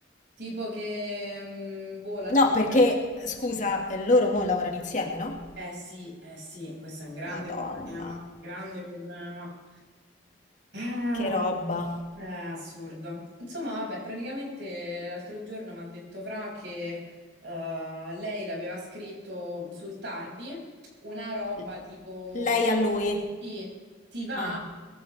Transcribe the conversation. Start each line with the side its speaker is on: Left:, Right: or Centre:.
Right: Tipo che, mm, boh, l'altra
Left: No,
Right: sera...
Left: perché, scusa, eh, loro mo lavorano insieme, no?
Right: Eh sì, eh sì, questo è un grande
Left: Madonna,
Right: problema, grande problema. Ah,
Left: che roba.
Right: È assurdo. Insomma, vabbè, praticamente l'altro giorno mi ha detto Fra che eh, lei l'aveva scritto sul tardi, una roba
Left: L-
Right: tipo
Left: lei a lui.
Right: ti, ti va?
Left: Ah.